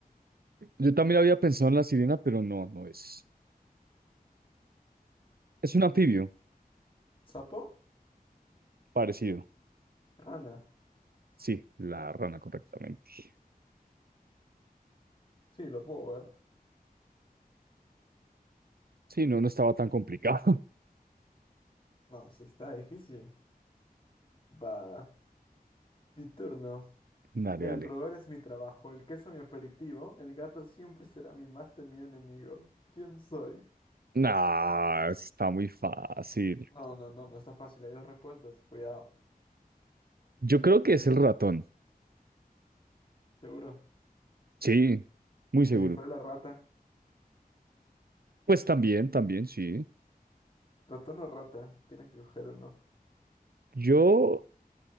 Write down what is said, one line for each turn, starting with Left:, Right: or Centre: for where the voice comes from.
Right: Yo también había pensado en la sirena, pero no, no es. Es
Left: mm,
Right: un anfibio
Left: sapo,
Right: parecido.
Left: rana.
Right: Sí, la rana, correctamente.
Left: Sí, lo puedo ver.
Right: Sí, no, no estaba tan complicado. <laughs>
Left: No, sí está difícil. Va, mi turno.
Right: Dale,
Left: El
Right: dale.
Left: roer es mi trabajo, el queso mi aperitivo, el gato siempre <laughs> será mi más temido enemigo. ¿Quién soy?
Right: Nah, está muy fácil.
Left: No, no, no, no está fácil. Hay dos respuestas. Cuidado.
Right: Yo creo que es el ratón.
Left: Seguro.
Right: Sí, muy seguro.
Left: ¿Y si fuera la rata?
Right: Pues también, también, sí.
Left: ¿Ratón o rata? Tienes que coger uno.
Right: Yo,